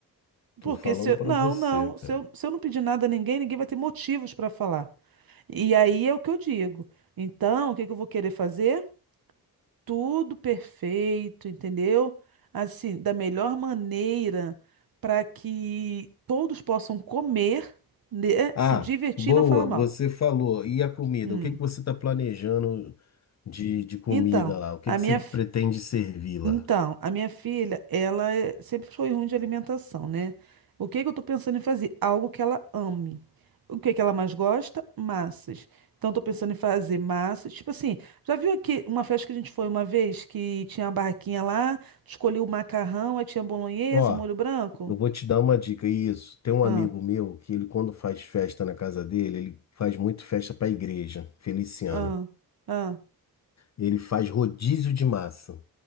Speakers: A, on the left; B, on the right.
A: Tô
B: Porque
A: falando
B: se eu...
A: para
B: Não,
A: você,
B: não.
A: cara.
B: Se eu, se eu não pedir nada a ninguém, ninguém vai ter motivos pra falar. E aí é o que eu digo. Então, o que que eu vou querer fazer? Tudo perfeito, entendeu? Assim, da melhor maneira para que todos possam comer, né,
A: Ah,
B: se divertir
A: boa,
B: e não falar mal.
A: você falou. E a comida?
B: Hum.
A: O que que você está planejando de, de comida
B: Então,
A: lá? O que
B: a
A: que
B: minha,
A: você pretende servir lá?
B: Então, a minha filha, ela é- sempre foi ruim de alimentação, né? O que que eu tô pensando em fazer? Algo que ela ame. O que que ela mais gosta? Massas. Então, eu tô pensando em fazer massas. Tipo assim, já viu aqui uma festa que a gente foi uma vez que tinha uma barraquinha lá, escolhi o macarrão, aí tinha bolonhesa,
A: Ó,
B: molho branco?
A: eu vou te dar uma dica. Isso, tem um
B: Ah,
A: amigo meu que ele, quando faz festa na casa dele, ele faz muito festa para a igreja, Feliciano.
B: ah, ah.
A: Ele faz rodízio de massa.